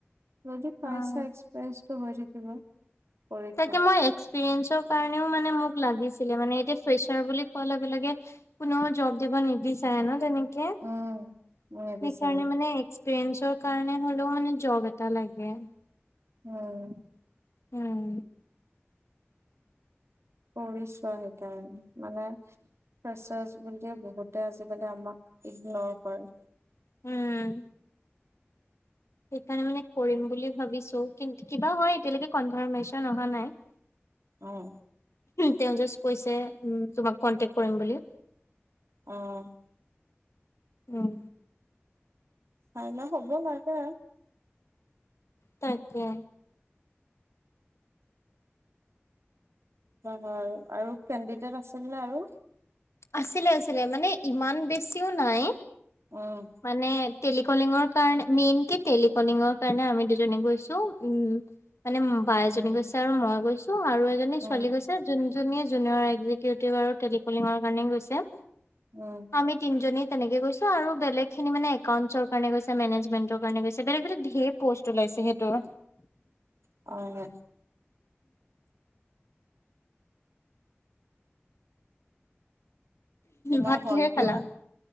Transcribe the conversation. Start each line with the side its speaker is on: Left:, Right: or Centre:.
Right: যদি পাইচা
Left: অ'।
Right: এক্সপেৰিয়েঞ্চটো হৈ থাকিব। কৰি থোৱা
Left: তাকে মই এক্সপ্ৰিয়েচৰ কাৰণেও মানে মোক লাগিছিলে মানে এতিয়া ফ্ৰেচাৰ বুলি কোননেও জব দিব নিবিচাৰে ন তেনেকে সেইকাৰণে
Right: উম নিবিচাৰে
Left: মানে এক্সপিৰিয়েঞ্চৰ কাৰণে হ'লেও মানে জব এটা লাগে।
Right: উম,
Left: উম,
Right: কৰিছোৱা সেইকাৰণে মানে প্ৰেচাৰছ বুলিয়ে বহুতে আজিকালি আমাক ইগনৰ কৰে।
Left: উম, সেইকাৰণে মানে কৰিম বুলি ভাবিছো কিন্ত কিবা হয় এতিয়ালৈকে কনফাৰ্মেশ্যন অহা নাই।
Right: উম,
Left: তেওঁ জাষ্ট কৈছে উম, তোমাক কন্টেক কৰিম বুলি।
Right: অ',
Left: উম,
Right: হয়াই ন হ'ব মাগে
Left: তাকে
Right: হয় আৰু কেণ্ডিডেট আছিল নে আৰু?
Left: আছিলে-আছিলে মানে ইমান বেছিও নাই।
Right: উম,
Left: মানে টেলিকলিঙৰ কাৰণে মেইন কি টেলিকলিঙৰ কাৰণে আমি দুজনে গৈছো উম, মানে বা এজনী
Right: উম
Left: গৈছে আৰু মই গৈছো আৰু এজনী
Right: উম
Left: ছোৱালী গৈছে। যোনজনী জুনিয়ৰ এক্জিকিউটিভ আৰু টেলিকলিঙৰ কাৰণে গৈছে।
Right: উম,
Left: আমি তিনিনেী তেনেকে গৈছো আৰু বেলেগ খিনি মানে একাউণ্টছৰ কাৰণে গৈছে মেনেজমেণ্টৰ কাৰণে গৈছে বেলেগ বেলে ধে পোষ্ট ওলাইছে সেইটো
Right: অ', তোমাৰ
Left: ভাত
Right: ভণ্টিও
Left: কিহেৰে খালা